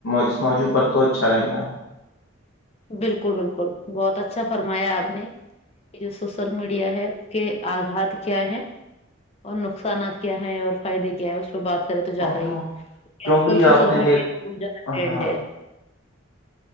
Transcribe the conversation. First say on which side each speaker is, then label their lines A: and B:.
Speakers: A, on the left; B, on the left.
A: اس موجوع پر تو اچھا رہے گا
B: بالکل بالکل بہت اچھا فرمایا آپ نے یہ جو سوشل میڈیا ہے اس کے آگات کیا ہے اور نقصانات کیا ہے اور فائدے کیا ہے اس پہ بات کرے تو زیاد
A: ہاں
B: ہی کیک
A: کیونکہ
B: آج کل سوشل
A: آپ نے
B: میڈیا
A: دیکھ
B: کا بہت زیادہ ٹنڈ
A: ہاں
B: ہے